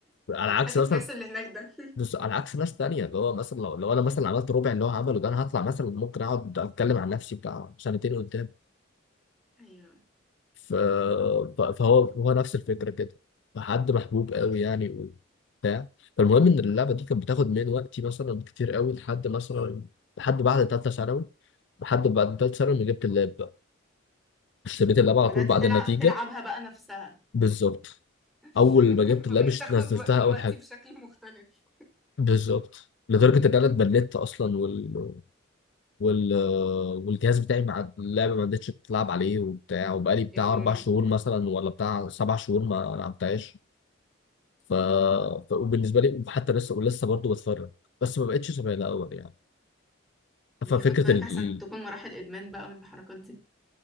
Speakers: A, on the left; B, in the centre.
A: على عكس
B: هات
A: مثلا
B: الكاس اللي هناك ده
A: بص، على عكس ناس تانية اللي هو مثلا لو لو انا مثلا عملت ربع اللي هو عمله ده انا هطلع مثلا ممكن اقعد اتكلم عن نفسي بتاع سنتين قدام
B: ايوه
A: ف... ف- فهو هو نفس الفكرة كده فحد محبوب قوي يعني وبتاع فالمهم ان اللعبة دي كانت بتاخد من وقتي مثلا كتير قوي لحد مثلا لحد بعد تالتة ثانوي لحد بعد تالتة ثانوي ما جبت اللاب بقى اشتريت اللاب
B: فبدأت
A: على طول بعد
B: تلعب
A: النتيجة
B: تلعبها بقى نفسها
A: بالظبط
B: <laughs>
A: اول ما جبت اللاب
B: فبقيت
A: اشت-
B: تاخد
A: نزلتها
B: وق- من
A: اول
B: وقتي
A: حاجة
B: بشكل مختلف
A: بالظبط لدرجه ان انا اتبلدت اصلا وال... وال... والجهاز بتاعي مع اللعبه ما عدتش بتلعب عليه وبتاع وبقالي بتاع
B: يا نهاري
A: اربع شهور مثلا ولا بتاع سبع شهور ما لعبتهاش ف... ف... وبالنسبه لي حتى لسه ولسه برضه بتفرج بس ما بقتش شبه الاول يعني
B: دي
A: ففكره
B: خد بالك
A: ال...
B: احسن تكون مراحل ادمان بقى والحركات دي